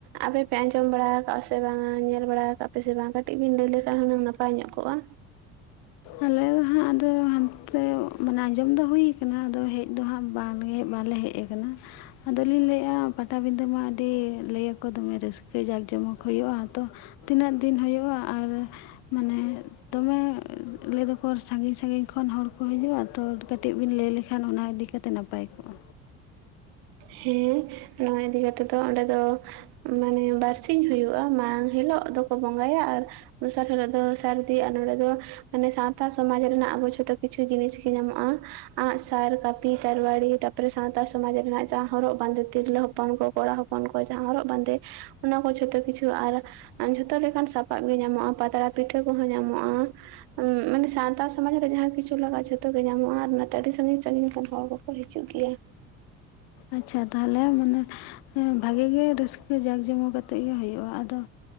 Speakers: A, on the right; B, on the left.
A: ᱟᱯᱮ ᱯᱮ ᱟᱸᱡᱚᱢ ᱵᱟᱲᱟ ᱟᱠᱟᱟᱜ-ᱟ ᱥᱮ ᱵᱟᱝᱟ ᱧᱮᱞ ᱵᱟᱲᱟ ᱠᱟᱜ ᱯᱮ ᱥᱮ ᱵᱟᱝ ᱠᱟᱹᱴᱤᱡ ᱵᱤᱱ ᱞᱟᱹᱭ ᱞᱮᱠᱷᱟᱱ ᱦᱩᱱᱟᱹᱝ ᱱᱟᱯᱟᱭ ᱧᱚᱜ ᱠᱚᱜ-ᱟ
B: ᱟᱞᱮ ᱫᱚ ᱦᱟᱸᱜ ᱟᱫᱚ ᱦᱟᱱ ᱛᱮ ᱢᱟᱱᱮ ᱟᱸᱡᱚᱢ ᱫᱚ ᱦᱩᱭ ᱠᱟᱱᱟ ᱟᱫᱚ ᱦᱮᱡ ᱫᱚ ᱦᱟᱸᱜ ᱵᱟᱝ ᱜᱮ ᱵᱟ ᱞᱮ ᱦᱮᱡ ᱟᱠᱟᱱᱟ ᱟᱫᱚ ᱞᱤᱧ ᱞᱟᱹᱭᱮᱜ-ᱟ ᱯᱟᱴᱟᱵᱤᱱᱫᱟᱹ ᱢᱟ ᱟᱹᱰᱤ ᱞᱟᱹᱭ ᱟᱠᱚ ᱫᱚᱢᱮ ᱨᱟᱹᱥᱠᱟᱹ ᱡᱟᱠ ᱡᱚᱢᱚᱠ ᱦᱩᱭᱩᱜ-ᱟ ᱛᱚ ᱛᱤᱱᱟᱹᱜ ᱫᱤᱱ ᱦᱩᱭᱩᱜ-ᱟ ᱟᱨ ᱢᱟᱱᱮ ᱫᱚᱢᱮ ᱞᱟᱹᱭ ᱫᱚᱠᱚ ᱥᱟᱺᱜᱤᱧ ᱥᱟᱺᱜᱤᱧ ᱠᱷᱚᱱ ᱦᱚᱲ᱾ ᱠᱚ ᱦᱤᱡᱩᱜ-ᱟ ᱛᱚ ᱠᱟᱹᱴᱤᱡ ᱵᱤᱱ ᱞᱟᱹᱭ ᱞᱮᱠᱷᱟᱱ ᱚᱱᱟ ᱤᱫᱤ ᱠᱟᱛᱮ ᱱᱟᱯᱟᱭ ᱠᱚᱜ-ᱟ᱾
A: ᱦᱮᱸ ᱱᱚᱣᱟ ᱤᱫᱤ ᱠᱟᱛᱮᱜ ᱫᱚ ᱚᱸᱰᱮ ᱫᱚ ᱢᱟᱱᱮ ᱵᱟᱨᱥᱤᱧ ᱦᱩᱭᱩᱜ-ᱟ ᱦᱤᱞᱳᱜ ᱫᱚᱠᱚ ᱵᱚᱸᱜᱟᱭᱟ ᱟᱨ ᱫᱚᱥᱟᱨ ᱦᱤᱞᱳᱜ ᱫᱚ ᱥᱟᱨᱫᱤ ᱟ ᱱᱚᱸᱰᱮ ᱫᱚ ᱢᱟᱱᱮ ᱥᱟᱶᱛᱟ ᱥᱚᱢᱟᱡᱽ ᱨᱮᱱᱟᱜ ᱟᱵᱚ ᱡᱷᱚᱛᱚ ᱠᱤᱪᱷᱩ ᱡᱤᱱᱤᱥ ᱜᱮ ᱧᱟᱢᱚᱜ-ᱟ ᱟᱸᱜ ᱥᱟᱨ ᱠᱟᱹᱯᱤ ᱛᱟᱨ ᱣᱟᱨᱤ ᱛᱟ ᱯᱚᱨᱮ ᱥᱟᱶᱛᱟ ᱥᱚᱢᱟᱡᱽ ᱨᱮᱱᱟᱜ ᱡᱟᱦᱟᱸ ᱦᱚᱨᱚᱜ ᱵᱟᱸᱫᱮ ᱛᱤᱨᱞᱟᱹ ᱦᱚᱯᱚᱱ ᱠᱚ ᱠᱚᱲᱟ ᱦᱚᱯᱚᱱ ᱠᱚ ᱡᱟᱦᱟᱸ ᱦᱚᱨᱚᱜ ᱵᱟᱸᱫᱮ ᱚᱱᱟ ᱠᱚ ᱡᱷᱚᱛᱚ ᱠᱤᱪᱷᱩ ᱟᱨ ᱟᱨ ᱡᱷᱚᱛᱚ ᱞᱮᱠᱟᱱ ᱥᱟᱯᱟᱵ ᱜᱮ ᱧᱟᱢᱚᱜ-ᱟ ᱯᱟᱛᱲᱟ ᱯᱤᱴᱷᱟᱹ ᱠᱚᱦᱚᱸ ᱧᱟᱢᱚᱜ-ᱟ ᱢᱟᱱᱮ ᱥᱟᱶᱛᱟ ᱥᱚᱢᱟᱡᱽ ᱨᱮ ᱡᱟᱦᱟᱸ ᱠᱤᱪᱷᱩ ᱞᱟᱜᱟᱜᱟ ᱡᱷᱚᱛᱚ ᱜᱮ ᱧᱟᱢᱚᱜ-ᱟ ᱟᱨ ᱚᱱᱟᱛᱮ ᱟᱹᱰᱤ ᱥᱟᱸᱜᱤᱧ ᱥᱟᱸᱜᱤᱧ ᱨᱮᱱ ᱦᱚᱲ ᱠᱚ ᱠᱚ ᱦᱤᱡᱩᱜ ᱜᱮᱭᱟ
B: ᱟᱪᱪᱷᱟ ᱛᱟᱞᱮ ᱢᱟᱱᱮ ᱵᱷᱟᱹᱜᱮ ᱜᱮ ᱨᱟᱹᱥᱠᱟᱹ ᱡᱟᱸᱠ ᱡᱚᱢᱚᱠ ᱟᱛᱮᱜ ᱜᱮ ᱦᱳᱭᱳᱜ-ᱟ ᱟᱫᱚ